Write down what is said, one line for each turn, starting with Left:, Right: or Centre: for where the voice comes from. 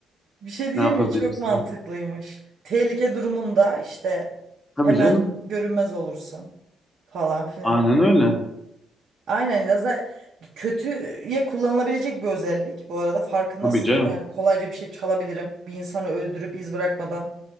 Right: Bir şey değil
Left: Ne yapabilirsin?
Right: mi? Çok mantıklıymış. Tehlike durumunda işte
Left: Tabii
Right: hemen
Left: canım.
Right: görünmez olursun falan filan.
Left: Aynen öyle.
Right: Aynen ya za- kötüye kullanılabilecek bir özellik. Bu arada farkındasın
Left: Tabii canım.
Right: değil mi? Yani kolayca bir şey çalabilirim. Bir insanı öldürüp iz bırakmadan